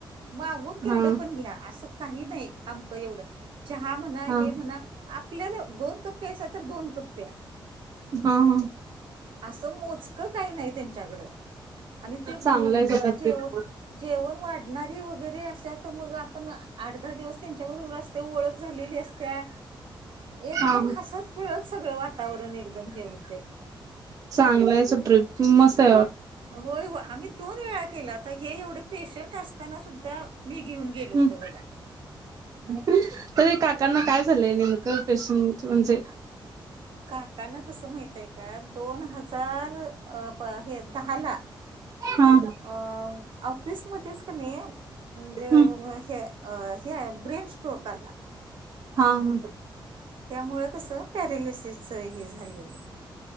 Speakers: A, on the right (about 70°); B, on the right (about 40°).
A: मागून केवढं
B: हा
A: पण घ्या. असं काही नाही आमक एवढं चहा म्हणा हे
B: हा
A: म्हणा. आपल्याला दोन कप प्यायचा, तर दोन कप प्या.
B: हा हा.
A: असं मोजकं काही नाही त्यांच्याकडं, आणि ते
B: चांगलं आहे स्वतः
A: जेव
B: ट्रिप
A: जेवण वाढणारे वगैरे असे तर मग, आपण आठ दहा दिवस ते त्यांच्याबरोबर असते, ओळख झालेली असत्या. एकदम
B: हा
A: हसत खेळत सगळं वातावरण एकदम हे होतंय.
B: चांगलाय आहे. सु ट्रीप मस्त आहे. वाट
A: होय हो आम्ही दोन वेळा केलं आता, हे एवढे पेशंट असताना सुद्धा मी घेऊन. गेलो होतो
B: हम
A: बघा
B: तरी काकांना काय झालंय नेमकं पेशंट. असं म्हणजे,
A: काकाना कसं माहितेय का, दोन हजार. अ प हे दहाला.
B: हा
A: अ ऑफिसमध्येच कणी म्हणजे
B: हा
A: हे. अ हे आहे ब्रिन स्टोक आला
B: हां हां.
A: त्यामुळं कस पॅरेलिसिसच हे झालेलं.